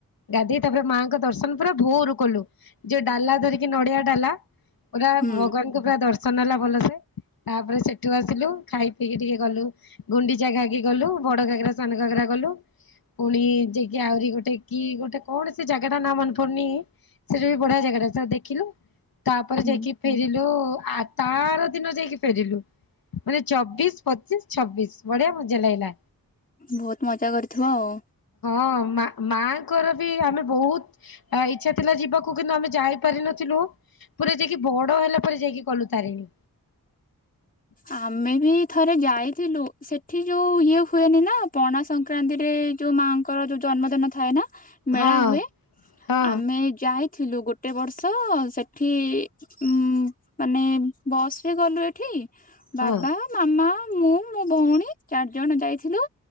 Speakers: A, on the left; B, on the left.
A: ଗାଧେଇ ତାପରେ ମାଆଙ୍କ ଦର୍ଶନ ପୁରା ଭୋଉରୁ କଲୁ ଯିଉ ଡାଲା ଧରିକି ନଡିଆ ଡାଲା। ପୁରା
B: ହୁଁ
A: ଭଗବାନଙ୍କୁ ପୁରା ଦର୍ଶ ଶନ ହେଲା ଭଲସେ ତାପରେ ସେଠୁ ଆସିଲୁ ଖାଇ ପିଇକି ଟିକେ ଗଲୁ ଗୁଣ୍ଡିଚାଗାକି ଗଲୁ। ବଡ ଘାଗରା ସାନ ଘାଗରା ଗଲୁ ପୁଣି ଯାଇକି ଆହୁରି ଗୋଟେ କି ଗୋଟେ କଣ ସେ ଜାଗା ଟା ନାଁ ମନେ ପଡୁନି। ସେଟା ବି ବଢିଆ ଜାଗା ଟା ତ ଦେଖିଲୁ ତାପରେ
B: ହୁଁ
A: ଯାଇକି ଫେରିଲୁ। ଆ ତାର ଦିନ ଯାଇକି ଫେରିଲୁ ମାନେ ଚବିଶ ପଚିଶ ଛବିଶ ବଢିଆ ମଜା ଲାଗିଲା।
B: ବହୁତ ମଜା କରିଥିବ ଆଉ
A: ହଁ ମା ମାଙ୍କର ବି ଆମେ ବହୁତ ଇଚ୍ଛା ଥିଲା ଯିବାକୁ କିନ୍ତୁ ଆମେ ଯାଇ ପାରିନଥିଲୁ। ପୁରା ଯାଇକି ବଡ ହେଲା ପରେ ଯାଇକି କଲୁ। ତାରିଣୀ।
B: ଆମେ ବି ଥରେ ଯାଇ ଯାଇଥିଲୁ ସେଠି ଯୋଉ ଇଏ ହୁଏନି ନା ପଣା ସଂକ୍ରାନ୍ତିରେ ଯୋଉ ମାଙ୍କର ଯୋଉ ଜନ୍ମଦିନ ଥାଏ ନା। ମେଳା
A: ହଁ
B: ହୁଏ
A: ହଁ
B: ଆମେ ଯାଇ ଥିଲୁ ଗୋଟେ ବର୍ଷ ସେଠି ଉ ମାନେ ବସ ଗଲୁ ଏଠି
A: ହଁ
B: ବାବା, ମାମା, ମୁଁ, ମୋ ଭଉଣୀ। ଚାରି ଜଣ ଯାଇଥିଲୁ